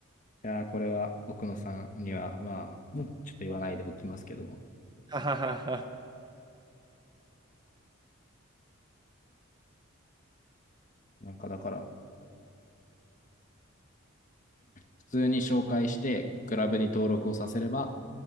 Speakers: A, on the left; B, on the right.
A: いやー、これは奥野さんには、まあ、もうちょっと言わないでおきますけど、
B: オッケー。o はははは。
A: なんかだから、普通に紹介して、クラブに登録をさせれば、